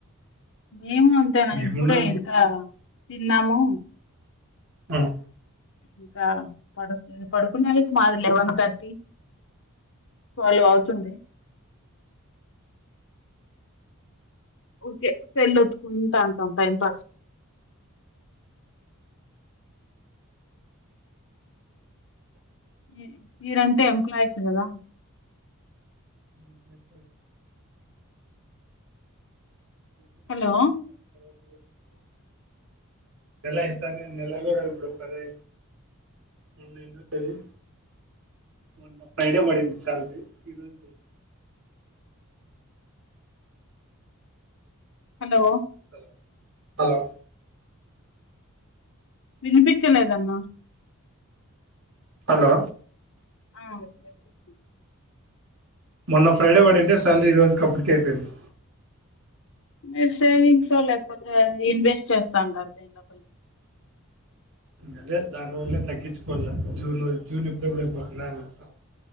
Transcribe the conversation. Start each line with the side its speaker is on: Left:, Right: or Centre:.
Left: మేము అంతేనా ఇప్పుడే
Right: ఏమున్నా
Left: ఇంకా తిన్నాము
Right: హ్మ్
Left: ఇంకా పడుకున్ పడుకున్నాది మాది లెవన్ థర్టీ ట్వెల్వ్ అవుతుంది ఓకే సెల్ ఒత్తుకుంటా అంటం టైం పాస్ మీ మీరంటే ఎంప్లాయీస్ కదా
Right: <inaudible> ఎంప్లాయి <inaudible>
Left: హలో <inaudible>
Right: నెల అయితేనే నెల కూడా ఇప్పుడు పదై మొన్నే ఏమంటది మొన్న ఫ్రైడే పడింది శ్యాలరీ ఈరోజు లేదు
Left: హలో
Right: హలో హలో
Left: వినిపించలేదన్న
Right: హలో
Left: ఆ ఇప్పుడు వినిపిస్తుంది
Right: మొన్న ఫ్రైడే పడింటే శ్యాలరీ ఈరోజు కంప్లీట్ ఐపోయింది
Left: మీరు సేవింగ్స్ లేకపోతే ఇన్వెస్ట్ చేస్తా అంటారు డబ్బులు
Right: అదే దానివల్లే తగ్గించుకోవాల జూన్ వర జూన్ ఎప్పుడెప్పుడు అయిపోతుందా అని చూస్తా